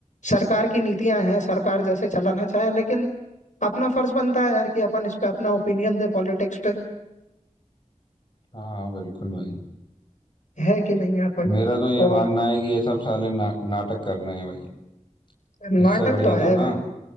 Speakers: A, on the left (about 75°); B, on the left (about 40°).
A: सरकार की नीतियां हैं सरकार जैसे चलाना चाहे लेकिन अपना फर्ज बनता है यार कि अपन इस पे अपना ओपिनियन दे पॉलिटिक्स पे।
B: हाँ बिल्कुल भाई
A: है कि नहीं है भाई
B: मेरा तो ये
A: और
B: मानना है कि ये सब साले ना, नाटक कर रहे हैं भाई
A: नाटक
B: इससे बढ़िया
A: तो है
B: तो ना
A: भाई